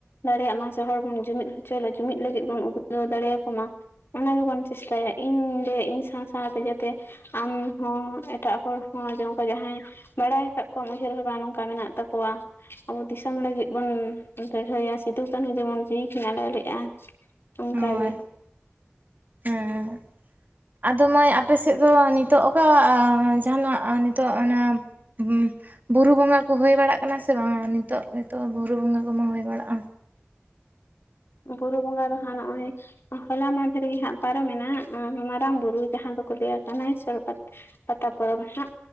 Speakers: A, on the left; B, on the right.
A: ᱫᱟᱲᱮᱭᱟᱜ ᱢᱟ ᱥᱮ ᱦᱚᱲ ᱵᱚᱱ ᱡᱩᱢᱤᱫ ᱦᱚᱪᱚ ᱡᱩᱢᱤᱫ ᱞᱟᱹᱜᱤᱫ ᱵᱚᱱ ᱩᱫᱽᱜᱟᱹᱣ ᱫᱟᱲᱮᱭᱟᱠᱚ ᱢᱟ, ᱚᱱᱟ ᱜᱮ ᱵᱚᱱ ᱪᱮᱥᱴᱟᱭᱟ, ᱤᱧ ᱞᱟᱹᱭᱟ ᱤᱧ ᱥᱟᱶ ᱥᱟᱶᱛᱮ ᱡᱟᱛᱮ ᱟᱢ ᱦᱚᱸ ᱮᱴᱟᱜ ᱦᱚᱲ ᱦᱚᱸ ᱡᱮ ᱚᱝᱠᱟ ᱡᱟᱦᱟᱸᱭ ᱵᱟᱲᱟᱭ ᱠᱟᱜ ᱠᱚᱣᱟᱢ ᱩᱭᱦᱟᱹᱨ ᱵᱷᱟᱵᱟ ᱱᱚᱝᱠᱟ ᱢᱮᱱᱟᱜ ᱛᱟᱠᱚᱣᱟ, ᱟᱵᱚ ᱫᱤᱥᱚᱢ ᱞᱟᱹᱜᱤᱫ ᱵᱚᱱ ᱞᱟᱹᱲᱦᱟᱹᱭᱟ ᱥᱤᱫᱩ ᱠᱟᱱᱦᱩ ᱡᱮᱢᱚᱱ ᱡᱤᱣᱤ ᱠᱤᱱ ᱟᱞᱟᱭ ᱞᱮᱫᱼᱟ᱾ ᱚᱝᱠᱟ
B: ᱦᱳᱭ
A: ᱜᱮ᱾
B: ᱦᱮᱸ ᱟᱫᱚ ᱢᱟᱹᱭ ᱟᱯᱮ ᱥᱮᱫ ᱫᱚ ᱱᱤᱛᱚᱜ ᱚᱠᱟ ᱡᱟᱦᱟᱸᱱᱟᱜ ᱱᱤᱛᱚᱜ ᱚᱱᱟ ᱦᱩᱸ, ᱵᱩᱨᱩ ᱵᱚᱸᱜᱟ ᱠᱚ ᱦᱩᱭ ᱵᱟᱲᱟᱜ ᱠᱟᱱᱟ ᱥᱮ ᱵᱟᱝ? ᱱᱤᱛᱚᱜ ᱱᱤᱛᱚᱜ ᱵᱩᱨᱩ ᱵᱚᱸᱜᱟ ᱠᱚ ᱢᱟ ᱦᱩᱭ ᱵᱟᱲᱟᱜᱼᱟ᱾
A: ᱵᱩᱨᱩ ᱵᱚᱸᱜᱟ ᱫᱚ ᱦᱟᱸᱜ ᱱᱚᱜ-ᱚᱭ ᱦᱚᱞᱟ ᱢᱟᱦᱫᱮᱨ ᱜᱮ ᱦᱟᱸᱜ ᱯᱟᱨᱚᱢᱮᱱᱟ, ᱢᱟᱨᱟᱝ ᱵᱩᱨᱩ ᱡᱟᱦᱟᱸ ᱫᱚ ᱠᱚ ᱞᱟᱹᱭᱟ ᱠᱟᱱᱟᱭᱥᱚᱨ ᱯᱟᱛᱟ ᱯᱟᱛᱟ ᱯᱚᱨᱚᱵ ᱦᱟᱸᱜ,